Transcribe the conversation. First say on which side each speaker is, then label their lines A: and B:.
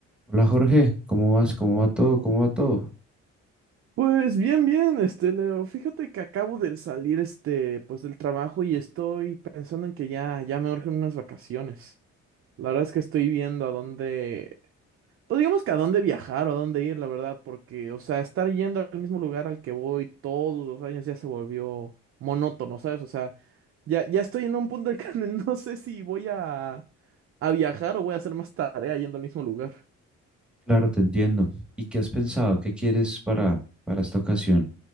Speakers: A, in the centre; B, on the right.
A: Hola Jorge, ¿cómo vas? ¿Cómo va todo? ¿Cómo va todo?
B: Pues bien, bien, este Leo, fíjate que acabo de salir este pues del trabajo y estoy pensando en que ya ya me urgen unas vacaciones. La verdad es que estoy viendo a dónde, pues digamos que a dónde viajar o a dónde ir, la verdad, porque o sea, estar yendo al mismo lugar al que voy todos los años ya se volvió monótono, ¿sabes? O sea, ya ya estoy en un punto en el que <laughs> no sé si voy a a viajar o voy a hacer más tarea yendo al mismo lugar.
A: Claro, te entiendo. ¿Y qué has pensado? ¿Qué quieres para, para esta ocasión?